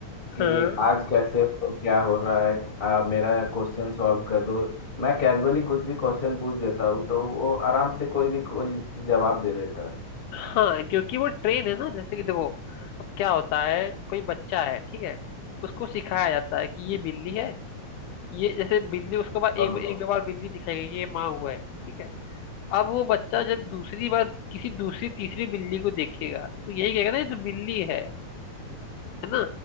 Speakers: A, on the left; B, on the left.
A: कि
B: हाँ
A: आज कैसे हो क्या हो रहा है आप मेरा क्वेश्चन सॉल्व कर दो मैं कैजुअली कुछ भी क्वेश्चन पूछ देता हूँ तो वो आराम से कोई भी कोई जवाब दे देता है
B: हाँ क्योंकि वो ट्रेन है ना जैसे कि देखो अब क्या होता है कोई बच्चा है ठीक है उसको सिखाया जाता है कि ये बिल्ली है ये जैसे बिल्ली उसको बाद एक
A: हाँ
B: एक दो बार बिल्ली दिखाई गई ये माँ हुआ है ठीक है अब वो बच्चा जब दूसरी बार किसी दूसरी तीसरी बिल्ली को देखेगा तो यही कहेगा ना ये तो बिल्ली है है ना